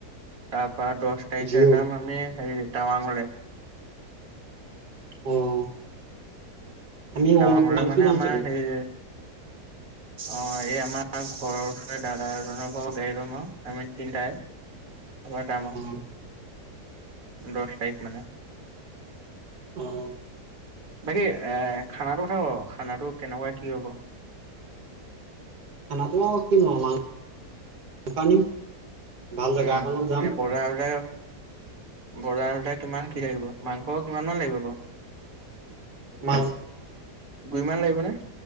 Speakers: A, on the right; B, on the right.
A: তা পা দছ তাৰিখে
B: জিঅ'
A: যাম আমি হেৰি টাৱাংলে ।
B: অ'। আমিও
A: টাৱাঙলে
B: উমৰাংছু
A: মানে
B: যাম
A: আমাৰ
B: চাগে।
A: হেৰি অ' এই আমাৰ ঘৰৰ ওচৰতে দাদা এজনৰ ঘৰৰ গাড়ী লম আৰু আমি তিনিটাই । এইবাৰ যাম আৰু
B: অ
A: । দছ তাৰিখ মানে।
B: অ' ।
A: বাকী এ খানাটো কথা ক খানাটো কেনেকুৱা কি হ'ব?
B: খানাটো আৰু কিনো আৰু মাংস আনিম ভাল জেগা
A: উম
B: এখনত যাম
A: এনে বজাৰ চজাৰ বজাৰ এয়া কিমান কি লাগিব মাংস কিমান মান লাগিব বাৰু
B: মাংস
A: দুইমান লাগিব নে